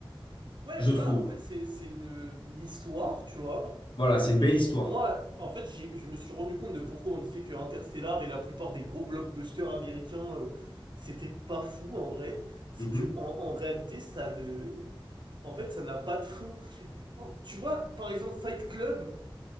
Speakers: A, on the right; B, on the left.
A: ouais,
B: je
A: voilà,
B: trouve.
A: en fait, c'est c'est une, une histoire, tu vois.
B: Voilà, c'est une
A: Mais
B: belle histoire.
A: moi, en fait, j'ai- je me suis rendu compte de pourquoi on disait que Interstellar et la plupart des gros blockbusters américains, euh, c'était pas fou en vrai. C'est
B: Mhm.
A: que en, en réalité, ça ne, en fait, ça n'a pas de fond. Oh, tu vois, par exemple, Fight Club,